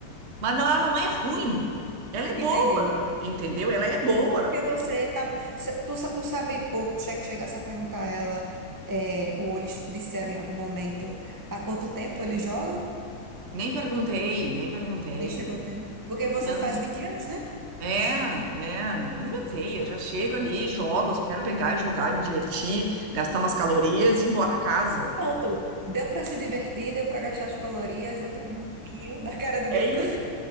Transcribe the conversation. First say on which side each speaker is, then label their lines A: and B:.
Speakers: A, on the right; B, on the right.
A: Mas não, ela não é ruim. Ela é
B: entendi.
A: boa, entendeu? Ela é boa.
B: Porque você tá. se- Tu, sa- tu sabe, ou che- chegasse a perguntar a ela, é, ou eles disseram em algum momento há quanto tempo ele joga?
A: Nem perguntei, nem perguntei.
B: Nem chegou a perguntar. Porque você
A: Não.
B: faz 20 anos, né?
A: É,
B: 20 anos.
A: é, eu não inventei, eu já chego ali, jogo, eu só quero pegar e jogar, me divertir, gastar umas calorias e ir embora pra casa.
B: Pronto. Deu pra se divertir, deu pra gastar as calorias, deu pra rir um pouquinho da cara do
A: É
B: gringo.
A: isso,